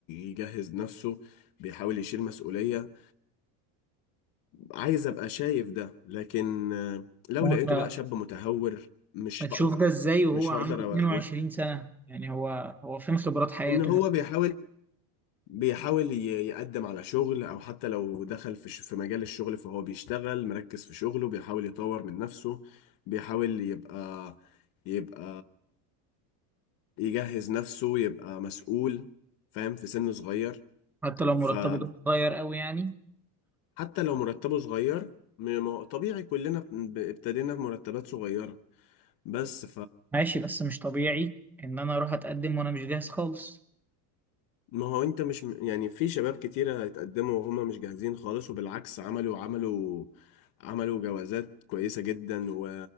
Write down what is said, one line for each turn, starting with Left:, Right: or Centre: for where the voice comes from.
Left: يجهز نفسه بيحاول يشيل مسؤولية عايز ابقى شايف ده لكن آه، لو
Centre: ما هو
Left: لقيته
Centre: انت
Left: بقى شاب متهور مش
Centre: هتشوف
Left: هقدر
Centre: ده ازاي وهو
Left: مش
Centre: عنده
Left: هقدر
Centre: 22
Left: أوقف
Centre: سنة يعني هو هو فين خبرات حياته
Left: ان هو
Centre: مثلا
Left: بيحاول بيحاول ي- يقدم على شغل او حتى لو دخل في ش- في مجال الشغل فهو بيشتغل مركز في شغله بيحاول يطور من نفسه بيحاول يبقى يبقى يجهز نفسه يبقى مسؤول فاهم في سن صغير
Centre: حتى لو
Left: فحتى
Centre: مرتبه ده صغير قوي يعني
Left: لو مرتبه صغير م- م- طبيعي كلنا ب- ابتدينا بمرتبات صغيرة بس
Centre: ماشي بس مش طبيعي ان انا اروح اتقدم وانا مش جاهز خالص
Left: ما هو انت مش م- يعني في شباب كتيرة اتقدموا وهم مش جاهزين خالص وبالعكس عملوا عملوا عملوا جوازات كويسة جدا و...